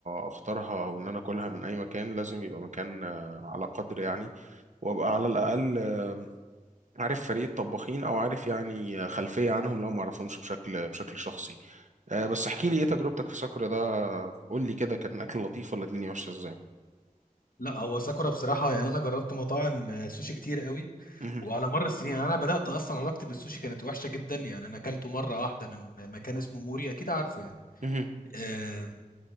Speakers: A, on the right (about 60°); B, on the left (about 85°).
A: أختارها أو إن أنا أكلها من أي مكان لازم يبقى مكان آه، على قدر يعني وأبقى على الأقل آه، عارف فريق الطباخين أو عارف يعني آه، خلفية عنهم لو ما أعرفهمش بشكل بشكل شخصي أه، بس احكي لي إيه تجربتك في ساكورا ده قول لي كده كان الأكل لطيف ولا الدنيا ماشية إزاي؟
B: لا هو ساكورا بصراحه يعني انا جربت مطاعم آه، سوشي كتير قوي
A: مهم.
B: وعلى مر السنين يعني انا بدات اصلا علاقتي بالسوشي كانت وحشه جدا يعني انا اكلته مره واحده من مكان اسمه موري اكيد عارفه يعني
A: مهم.
B: آم،